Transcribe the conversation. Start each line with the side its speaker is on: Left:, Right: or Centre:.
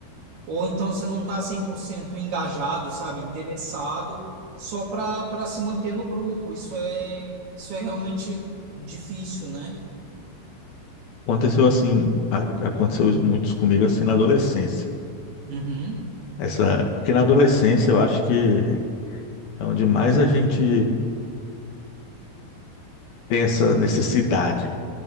Right: Ou então você não está 100% engajado, sabe, interessado, só para para se manter no grupo. Isso é isso é realmente difícil, né?
Left: Aconteceu assim, a- aconteceu isso- muitos comigo assim na adolescência.
Right: Uhum.
Left: Essa, porque na adolescência eu acho que é onde mais a gente tem essa necessidade